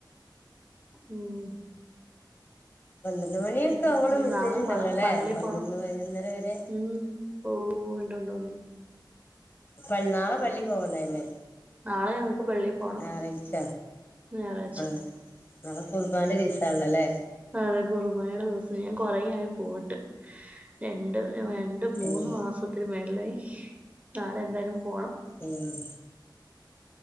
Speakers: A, on the right (about 20°); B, on the left (about 25°).
A: ഇമ്
B: പന്ത്രണ്ട് മണിയൊക്കെ
A: പിന്നെ
B: ആവോളം
A: ഇനി
B: മെസ്സേജ്
A: നാളെ
B: ണ്ടല്ലോല്ലെ
A: പ പള്ളി
B: പതിനൊന്ന്
A: പോണം
B: പതിനൊന്നര വരെ
A: ഉം ഓ ഉണ്ടോണ്ടോ
B: പൾ നാളെ പള്ളി പോവാള്ളതല്ലേ ള്ളേ?
A: നാളെ ഞങ്ങക്ക് പള്ളി പോണം
B: ഞാറാഴ്ച
A: ഞായറാഴ്ച
B: ആഹ് നാളെ കുർബാൻ്റെ ദീസാണല്ലോ ല്ലെ
A: അതെ കുർബാനയുടെ ദിവസ ഞാൻ കൊറെ ആയി പോയിട്ട് രണ്ട് ട്ട് മൂന്ന്
B: ഏഹ്
A: മാസത്തിന് മേൾളായി നാളെ എന്തായാലും പോണം
B: ഇമ്